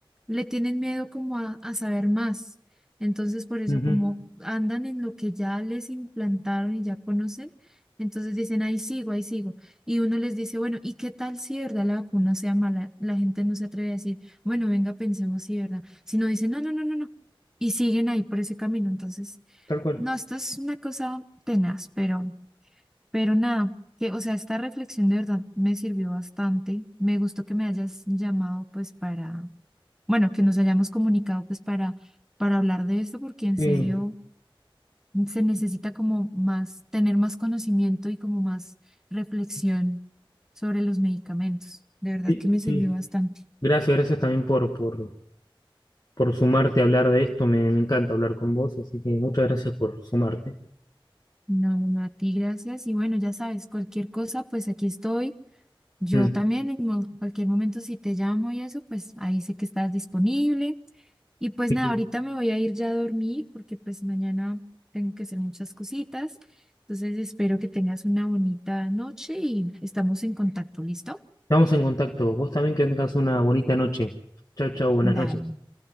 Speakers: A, in the centre; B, on the left.
A: le tienen miedo como a, a saber más. Entonces, por eso,
B: Ujú,
A: como andan en lo que ya les implantaron y ya conocen, entonces dicen, ahí sigo, ahí sigo. Y uno les dice, bueno, ¿y qué tal si de verdad la vacuna sea mala? La gente no se atreve a decir, bueno, venga, pensemos si de verdad. Sino dicen, no, no, no, no, no. Y siguen ahí por ese camino. Entonces,
B: Tal cual.
A: no, esto es una cosa tenaz, pero... Pero nada, que, o sea, esta reflexión de verdad me sirvió bastante. Me gustó que me hayas llamado, pues, para, bueno, que nos hayamos comunicado, pues, para, para hablar de esto, porque en
B: Sí,
A: serio se necesita como más, tener más conocimiento y como más reflexión sobre los medicamentos. De verdad
B: sí,
A: que me sirvió
B: sí.
A: bastante.
B: Gracias, gracias también por, por, por sumarte a hablar de esto. Me, me encanta hablar con vos, así que muchas gracias por sumarte.
A: No, no, no, a ti gracias. Y bueno, ya sabes, cualquier cosa, pues aquí estoy. Yo
B: Mm,
A: también en mo- cualquier momento si te llamo y eso, pues ahí sé que estás disponible. Y pues
B: sí,
A: nada,
B: sí.
A: ahorita me voy a ir ya a dormir porque pues mañana tengo que hacer muchas cositas. Entonces espero que tengas una bonita noche y estamos en contacto, ¿listo?
B: Estamos en contacto. Vos también que tengas una bonita noche. Chau, chau, buenas noches.
A: Dale,